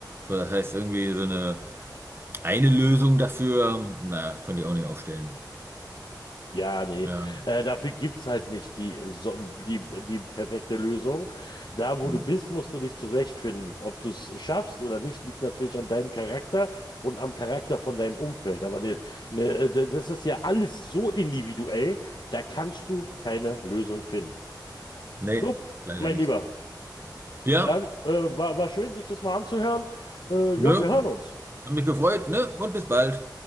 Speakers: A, on the right; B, on the left.
A: So, das heißt, irgendwie so eine, eine Lösung dafür, na, konnte ich auch nicht aufstellen.
B: Ja, nee.
A: Ja.
B: Äh, dafür gibt's halt nicht die, so- die, die perfekte Lösung. Da, wo
A: hm.
B: du bist, musst du dich zurechtfinden. Ob du es schaffst oder nicht, liegt natürlich an deinem Charakter und am Charakter von deinem Umfeld. Aber ne, ne, äh, das ist ja alles so individuell, da kannst du keine Lösung finden.
A: Nee,
B: So,
A: leider
B: mein
A: nicht.
B: Lieber,
A: Ja,
B: dann äh, war, war schön, sich das mal anzuhören. Äh, ja,
A: ne?
B: wir hören uns.
A: Hab mich gefreut, ne? Und bis bald.